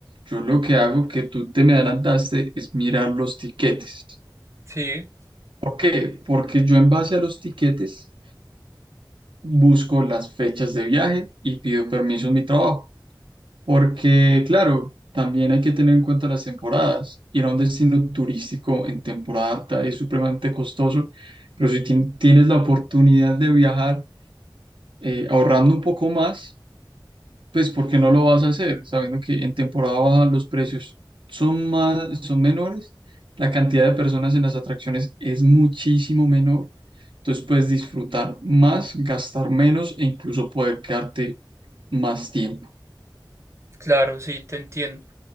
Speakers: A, on the right; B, on the right.
A: yo lo que hago que tú te me adelantaste es mirar los tiquetes.
B: sí,
A: ¿Por qué? Porque yo en base a los tiquetes busco las fechas de viaje y pido permiso en mi trabajo. Porque, claro, también hay que tener en cuenta las temporadas. Ir a un destino turístico en temporada alta es supremamente costoso, pero si tien- tienes la oportunidad de viajar eh, ahorrando un poco más pues ¿por qué no lo vas a hacer? Sabiendo que en temporada baja los precios son más, son menores, la cantidad de personas en las atracciones es muchísimo menor, entonces puedes disfrutar más, gastar menos e incluso poder quedarte más tiempo.
B: claro, sí, te entiendo.